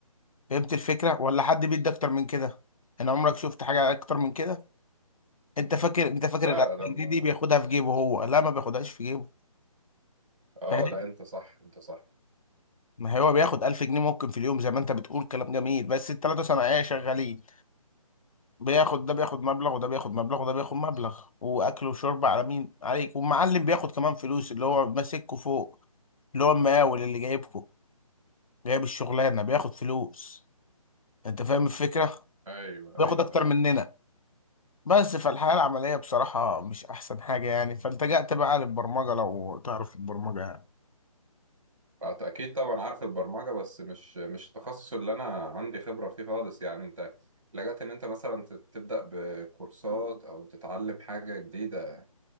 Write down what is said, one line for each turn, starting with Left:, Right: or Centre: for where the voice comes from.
Left: فهمت الفكرة ولا حد بيدي أكتر من كده أنا عمرك شفت حاجة أكتر من كده أنت فاكر أنت فاكر
Right: لا
Left: الألف
Right: لما
Left: جنيه دي بياخدها في جيبه هو لا ما بياخدهاش في جيبه
Right: اه
Left: فاهم
Right: لا انت صح انت صح
Left: ما هو بياخد 1000 جنيه ممكن في اليوم زي ما أنت بتقول كلام جميل بس التلاتة صناعية شغالين بياخد ده بياخد مبلغ وده بياخد مبلغ وده بياخد مبلغ واكل وشرب على مين عليك والمعلم بياخد كمان فلوس اللي هو ماسككوا فوق اللي هو المقاول اللي جايبكوا جايب الشغلانه بياخد فلوس انت فاهم الفكره
Right: ايوه
Left: بياخد
Right: ايوه
Left: اكتر
Right: ايوه
Left: مننا بس فالحياه العمليه بصراحه مش احسن حاجه يعني فالتجأت بقى للبرمجه لو تعرف البرمجه يعني
Right: فأت- اكيد طبعا عارف البرمجه بس مش مش التخصص اللي انا عندي خبره فيه خالص يعني انت لجأت ان انت مثلا ت- تبدأ بكورسات او تتعلم حاجه جديده